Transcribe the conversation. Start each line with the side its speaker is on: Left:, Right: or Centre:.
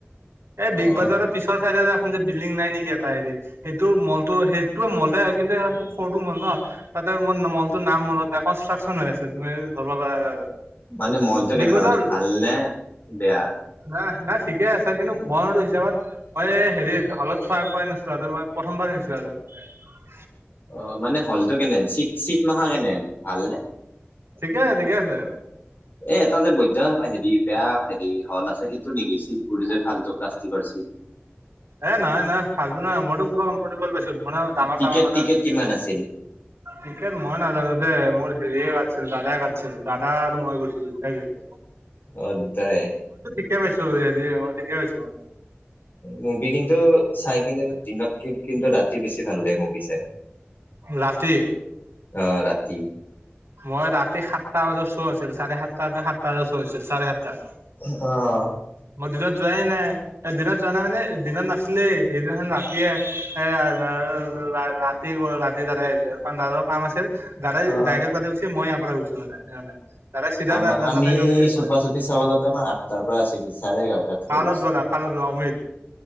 Right: এই বিগ বাজাৰৰ
Left: অ
Right: পিছৰ চাইডে খন যে বিল্ডিং নাই নেকি এটা হেৰি সেইটো মলটো সেইটোে মলই হয় কিন্তু এটো সৰুটো মল ন' তাতে মোৰ মলটো নাম মনত নাই কনষ্ট্ৰাকশচন হৈ আছে তুমি ধৰিব পাৰা
Left: মানে মলটো কেনেকুৱা
Right: বিগ বজাৰ
Left: মানে ভাল নে বেয়া,
Right: নাই নাই ঠিকে আছে কিন্তু মইো হিচাপত মই হেৰি হলত চাই পাই নছো আৰু মই প্ৰথমবাৰ থৈছো আৰু হয়।
Left: অ' মানে হলতটো কেনেন চিট চিট মাখা কেনেন ভালনে?
Right: ঠিকে আছে ঠিকে আছে।
Left: এ এটা যে বৈধ হেৰি বেয়া হেৰি হল আছে সেইটো নেকি চিটবোৰ যে ফাল্টু প্লাষ্টিকৰ চিট,
Right: এ নাই নাই ভাল নাই মইতো পুৰা কমফৰ্টেবল বেছি, মানে ডাঙৰ
Left: টিকেট
Right: ডাঙৰ মানে
Left: টিকেট কিমান আছিল?
Right: ক্ৰিকেট মই নাজানো, মোৰ হেৰিয়ে কাছিল দাদাই কাছিল দাদা আৰু মই গৈছিলো দুটাই গৈছিল,
Left: অদ তাই
Right: কেছো দদি আমাৰ কেছ মম,
Left: মুভি কিন্তু চাই কিন্তু দিনত কিন্তু ৰাতি বেছি ভাল লাগে মুভি চাই,
Right: ৰাতি,
Left: অ', ৰাতি
Right: মই ৰাতি সাতটা বজাত শ্ব' আছিল চাৰে সাতটাাৰ ন সাতটা বজাত শ্ব' আছিল চাৰে সাতটা
Left: অহ।
Right: মই দিনত যোৱাই নাই, দিনত যোৱা নাই মানে দিনত নাছিলেই সেইদিনাখন ৰাতিয়ে এৰাৰ ৰা-ৰাতি ৰাতি দাৰাই দাদাৰ কাম আছিল, দাদাই
Left: অ।
Right: ডাইৰেক্ট তাতে গৈছে মই ইয়াৰ পৰা গৈছোঁ মানে এনে দাদাই চিধা
Left: আমাৰ আমি
Right: তাতে গৈছে
Left: চুপা
Right: মই
Left: চুপি চাব যাওঁতে আমাৰ আঠটাৰ পৰা আছিল চাৰে এঘাৰটাতহে
Right: কাৰ
Left: গৈছো।
Right: লগত গ'লা? কাৰ লগত গ'লা? অময়িত।